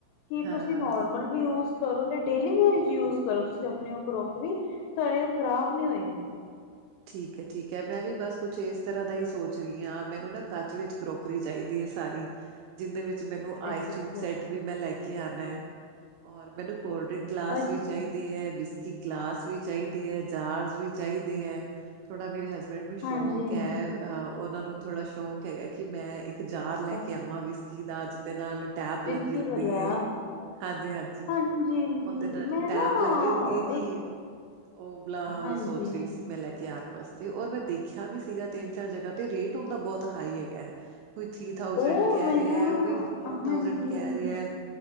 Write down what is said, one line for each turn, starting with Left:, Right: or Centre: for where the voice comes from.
Left: ਕੀ
Right: ਹਾਂ
Left: ਤੁਸੀ
Right: ਹਾਂ।
Left: ਨੋਰਮਲ ਵੀ ਯੂਜ- ਕਰੋ ਤੇ ਡੇਲੀ ਵੇਅਰ ਯੂਜ ਕਰੋ ਤੁਸੀ ਆਪਣੀ ਉਹ ਕਰੋਕਰੀ ਤੁਹਾਡੇ ਉਹ ਖਰਾਬ ਨਹੀ ਹੋਏਗੀ।
Right: ਠੀਕ ਹੈ। ਠੀਕ ਹੈ। ਮੈ ਵੀ ਬਸ ਕੁਛ ਇਸ ਤਰ੍ਹਾਂ ਦਾ ਹੀ ਸੋਚ ਰਹੀ ਹਾਂ ਮੈਨੂੰ ਨਾ ਕੱਚ ਵਿਚ ਕਰੋਕ- ਨੌਕਰੀ ਚਾਹੀਦੀ ਹੈ। ਸਾਰੀ- ਜਿਹਦੇ ਵਿਚ ਮੈਨੂੰ ਆਈਸ
Left: ਅੱਛਾ-ਅੱਛਾ,
Right: ਕਰ੍ਰੀਮ ਸੈਟ ਵੀ ਮੈ ਲੈ ਕੇ ਆਉਣਾ ਹ ਔਰ ਮੈਨੂੰ- ਕੋਲਡਰਿੰਕ ਗਲਾਸ
Left: ਅੱਛਾ-ਅੱਛਾ,
Right: ਵੀ ਚਾਹੀਦੇ ਹੈ। ਵਿਸਕੀ ਗਲਾਸ ਵੀ ਚਾਹੀਦੇ ਹੈ। ਜਾਰਜ਼ ਵੀ ਚਾਹੀਦੇ ਹੈ। ਥੋੜ੍ਹਾ ਮੇਰੇ ਹਸਬੈਂਡ ਨੂੰ ਸ਼ੌਕ
Left: ਹਾਂਜੀ-ਹਾਂਜੀ,
Right: ਹੈ। ਅ ਉਹਨਾ ਨੂੰ ਥੋੜ੍ਹਾ ਸ਼ੌਕ ਹੈਗਾ ਕਿ ਮੈ ਇਕ- ਇਕ ਜਾਰ ਲੈ
Left: ਅੱਛਾ
Right: ਕੇ ਆਵਾ ਵਿਸਕੀ ਦਾ ਜਿਦੇ ਨਾਲ ਟੈਪ
Left: ਵਿਸਕੀ
Right: ਲਗੀ ਹੁੰਦੀ
Left: ਵਾਲਾ
Right: ਹੈ। ਹਾਂਜੀ- ਹਾਂਜੀ
Left: ਹਾਂਜੀ-ਹਾਂਜੀ
Right: ਉਹਦ ਨਾਲ
Left: ਮੈਂ
Right: ਟੈਪ
Left: ਨਾ
Right: ਲਗੀ ਹੁੰਦੀ ਹੈ। ਕਿ-
Left: ਇੱਕ
Right: ਉਹਲਾ
Left: ਹਾਂਜੀ-ਹਾਂਜੀ
Right: ਸੋਚ ਰਹੀ ਸੀ ਮੈ ਲੈ ਕੇ- ਜਾਆਰ ਵਾਸਤੇ ਰ ਮੈ ਦੇਖਿਆ ਵੀ ਸੀਗਾ ਤਿੰਨ ਚਾਰ ਜਗ੍ਹਾ ਤੇ ਰੇਟ ਹੁੰਦਾ ਬਹੁਤ ਹਾਈ ਹੈਗਾ। ਕੋਈ ਥ੍ਰਰੀ ਥਾਜੈਂਡ
Left: ਉਹ
Right: ਕਹਿ
Left: ਮੈਂ
Right: ਰਿਹਾ
Left: ਹਾਂ
Right: ਹੈ। ਕੋਈ ਫੋਰ
Left: ਹਾਂਜੀ-ਹਾਂਜੀ
Right: ਥਾਊਜੈਂਡ ਕਹਿ ਰਿਹਾ ਹੈ।